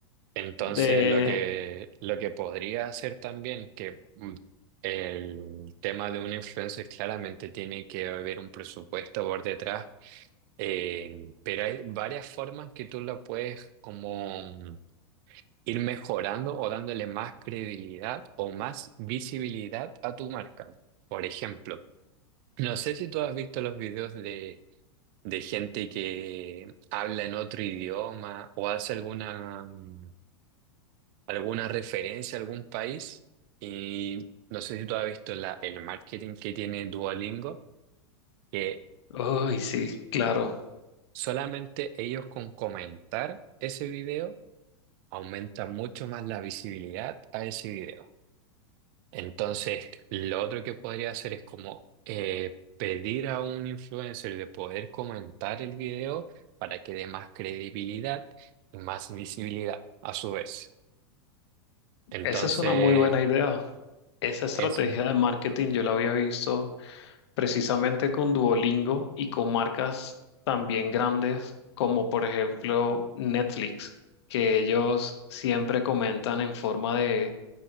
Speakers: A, on the right (about 50°); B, on the left (about 75°).
A: Entonces,
B: De,
A: lo que, lo que podría hacer también, que mm, el tema de un influencer claramente tiene que haber un presupuesto por detrás, eh, pero hay varias formas que tú lo puedes como mm, ir mejorando o dándole más credibilidad o más visibilidad a tu marca. Por ejemplo, no sé si tú has visto los videos de, de gente que habla en otro idioma o hace alguna... mm, alguna referencia a algún país y no sé si tú has visto la, el marketing que tiene Duolingo, que
B: uy, sí, claro.
A: solamente ellos con comentar ese video aumentan mucho más la visibilidad a ese video. Entonces, lo otro que podría hacer es como eh, pedir a un influencer de poder comentar el video para que dé más credibilidad y más visibilidad a su vez. Entonces,
B: Esa es una muy buena idea. Esa estrategia
A: eso.
B: de marketing yo la había visto precisamente con Duolingo y con marcas también grandes como por ejemplo Netflix, que ellos siempre comentan en forma de